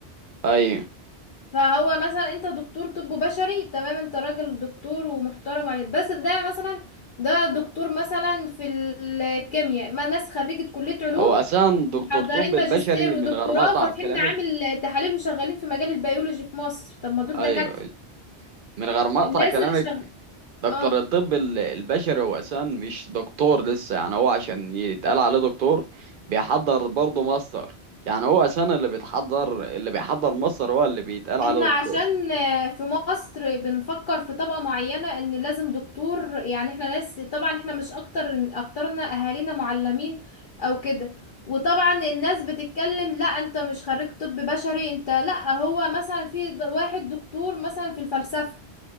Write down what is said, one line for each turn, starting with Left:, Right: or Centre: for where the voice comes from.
Right: ايوه
Left: فهو مثلا انت دكتور طب بشري تمام انت راجل دكتور ومحترم عليك بس ده مثلا ده دكتور مثلا في الكيمياء ما ناس خريجة كلية علوم
Right: هو اساسا دكتور
Left: محضرين
Right: طب البشري
Left: ماجستير ودكتوراه
Right: من غير ما اقطع
Left: وفاتحين
Right: كلامك
Left: معامل تحاليل وشغالين في مجال البيولوجي في مصر طب ما دول
Right: ايوه
Left: دكاترة
Right: من غير ما اقطع
Left: الناس
Right: كلامك
Left: اللي شغال
Right: دكتور
Left: اه
Right: الطب ال- البشري هو اساسا مش دكتور لسه يعني هو عشان يتقال عليه دكتور بيحضر برضه ماستر يعني هو اساسا اللي بيتحضر اللي بيحضر ماستر هو اللي بيتقال عليه
Left: احنا عشان
Right: دكتور
Left: آه، في مصر بنفكر في طبقة معينة ان لازم دكتور يعني احنا ناس طبعا احنا مش اكتر اكترنا اهالينا معلمين او كده وطبعا الناس بتتكلم لا انت مش خريج طب بشري انت لا هو مثلا في د- واحد دكتور مثلا في الفلسفة